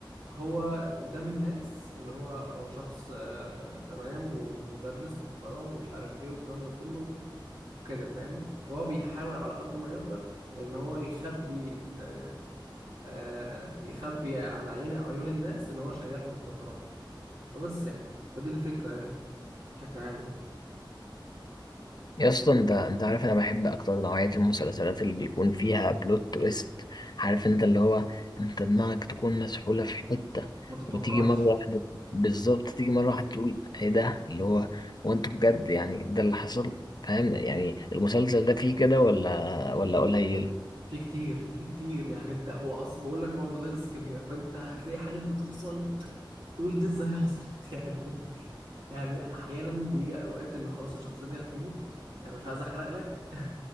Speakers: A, on the right (about 70°); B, on the left (about 55°).
A: هو قدام الناس إن هو هو شخص آه تمام ومدرس محترم ومش عارف إيه والكلام ده كله وكده فاهمني فهو بيحاول على قد ما يقدر إن هو يخبي آه، آه، يخبي عن عين عيون الناس ان هو شغال في المخدرات فبس يعني فدي الفكره بشكل عام يعني
B: يا اسطى انت انت عارف انا بحب اكتر نوعيه المسلسلات اللي بيكون فيها بلوت تويست عارف انت اللي هو انت دماغك تكون مسحوله في حته
A: ما تتوقعش
B: وتيجي مره واحده بالظبط تيجي مره واحده تقول ايه ده اللي هو وانت بجد يعني ده اللي حصل فاهم يعني المسلسل ده فيه كده ولا ولا قليل
A: في كتير في كتير يعني انت هو اصلا بقول لك هو مدرس كيمياء فانت هتلاقي حاجات بتحصل تقول دي ازاي حصلت <laughs> يعني يعني احيانا بيجي اوقات ان خلاص الشخصيه دي هتموت يعني مش عايز احرق لك <laughs>